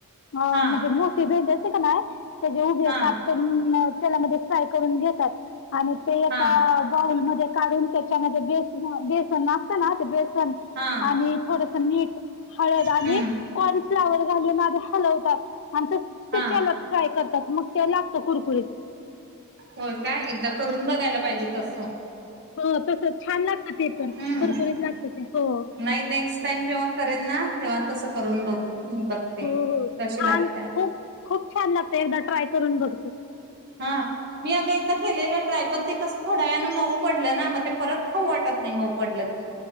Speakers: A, on the left; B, on the right.
A: अ
B: हा
A: म्हणजे मोठी भेंडी असते का नाही त्याचे उभे
B: हा
A: काप करून, तेला मध्ये फ्राय करून घेतात, आणि ते एका
B: हा
A: बाऊलमध्ये काढून त्याच्यामध्ये बेसन असत ना ते बेसन
B: हा
A: आणि थोडास मीठ. हळद
B: हम्म
A: आणि कॉर्नफ्लावर घालून आधी हलवतात, आणि तस
B: हा
A: ते तेलात फ्राय करतात मग ते लागत कुरकुरीत
B: होय काय? एकदा करून बघायला पाहिजे तस.
A: हो तस छान लागत, ते पण,
B: हम्म
A: कुरकुरीत लागत ते हो.
B: नाही नेक्स्ट टाइम जेव्हा तेव्हा तस करून बघू, बघते
A: हो हो
B: कशी
A: छान
B: लागते.
A: खूप खूप छान लागत एकदा ट्राय करून बघ.
B: हा मी अग एकदा केलेलं ट्राय, पण ते कस थोड्या वेळा ने मऊ पडलं ना, म ते परत खाऊ वाटत नाही मऊ पडलं की